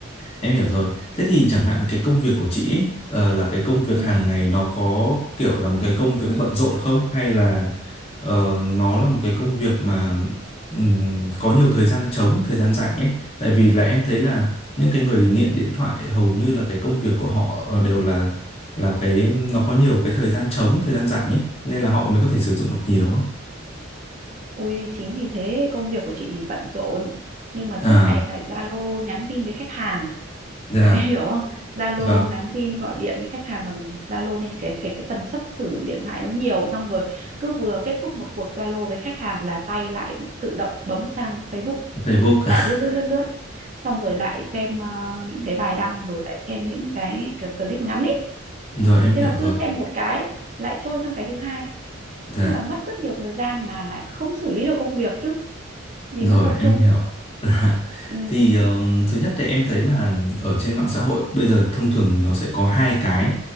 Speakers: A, on the left (about 30°); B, on the right (about 40°).
A: Em hiểu rồi. Thế thì chẳng hạn cái công việc của chị ấy, ờ, là cái công việc
B: ừ
A: hàng ngày nó có kiểu là một cái công việc bận rộn không? Hay là ờ, nó là một cái công việc mà ừm, có nhiều thời gian trống, thời gian rảnh ấy? Tại vì là em thấy là những cái người nghiện điện thoại hầu như là cái công việc của họ ờ, đều là là cái nó có nhiều cái thời gian trống, thời gian rảnh ấy, nên là họ mới có thể sử dụng được nhiều á.
B: ôi chính vì thế công việc của chị thì bận rộn nhưng mà suốt
A: À,
B: ngày phải Zalo nhắn tin với khách hàng
A: dạ,
B: <laughs> em hiểu không Zalo
A: vâng,
B: nhắn tin gọi điện với khách hàng bằng Zalo nên cái cái cái tần suất sử dụng điện thoại nó nhiều xong rồi cứ vừa kết thúc một cuộc Zalo với khách hàng là tay lại tự động bấm sang Facebook
A: facebook.
B: lại lướt lướt
A: <laughs>
B: lướt lướt xong rồi lại xem ờ, những cái bài đăng rồi lại xem những cái, cái clip ngắn ấy
A: Rồi em hiểu
B: thế là
A: rồi.
B: cứ xem một cái lại trôi sang cái thứ hai
A: Dạ.
B: thế là mất rất nhiều thời gian mà lại không xử lý được công việc chứ vì
A: Rồi
B: mất tập
A: em
B: trung
A: hiểu. <laughs>
B: ừ
A: Thì um, thứ nhất thì em thấy là ở trên mạng xã hội bây giờ thông thường nó sẽ có hai cái